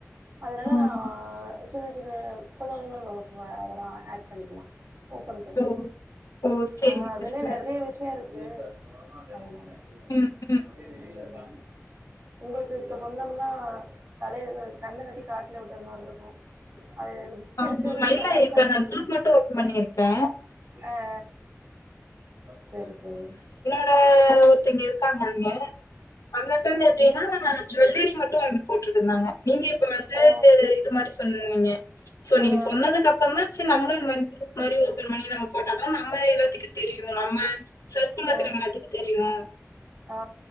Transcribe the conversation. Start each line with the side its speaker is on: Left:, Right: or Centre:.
Right: அதனால
Left: ம்
Right: நா சின்ன சின்ன கொஞ்சம் கொஞ்சமாக நம்ம அதெல்லா ஆட் பண்ணிக்கலா ஓபன் பண்ணி
Left: ஓ ஓ சேரிங்க
Right: ஆன் அதுலயே
Left: சிஸ்டர்
Right: நெறைய விஷயம் இருக்கு <inaudible>
Left: கே ஆஸ்படடல்
Right: அப்டியே வெளில இருக்காங்க உங்களுக்கு இப்போ சொன்னோம்னா தலையில கண்ணு கட்டி காட்ல விட்ட மாரி இருக்கு அத ரிஸ்க்
Left: ஆமா
Right: எடுக்க விரும்பல
Left: இல்ல இப்ப நா குரூப் மட்டு ஓப்பன் பண்ணிருக்கே
Right: ஆ சரி சரி
Left: ஆ ஒருத்திங்க இருக்காங்க அங்க அங்கட்டுந்து எப்டின்னா ஜுவல்லரி மட்டும் போட்டுட்யிருந்தாங்க நீங்க இப்ப இதே
Right: ஓ
Left: இத இது மாரி சொன்னீங்க சோ நீங்க
Right: ஆ
Left: சொன்னதுக்கப் சொன்னாச்சி நம்ளு இது மாரி குரூப் மாரி ஓபன் பண்ணி நம்ம போட்டாதா நம்ம எல்லாத்துக்கு தெரியு நம்ம சர்குல இருக்குற
Right: ஆ
Left: எல்லாத்துக்கு தெரியு
Right: ஆ